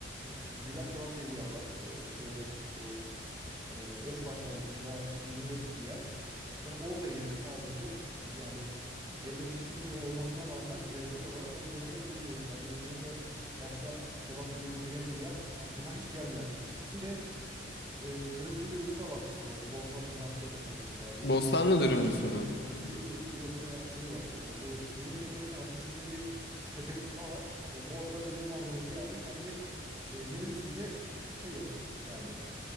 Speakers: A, on the right (about 20°); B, on the left (about 60°).
A: e, Güler Kebap diye bir yer var. E, şeyde bu e, Esbaş tarafında hiç bilinmedik bir yer. Mesela orada yerim sadece yani elle çekilmiyor olmasına rağmen lezzet olarak onun üzerine yedilir. Ben de İzmir'de başka kebap yiyebileceğim bir yer aklıma hiç gelmiyor açıkçası. Bir de e, dürümcü bir usta var e, Bostanlı Karşıyaka tarafında bir,
B: Bostanlı dürümcüsü mü?
A: bir, bir- yok bir şey var. E, bu Seyirtepe'nin arkasında bir tepelik daha var. E, orada deniz manzaralı bir yerde kendi e, minibüsüyle şey yapıyor yani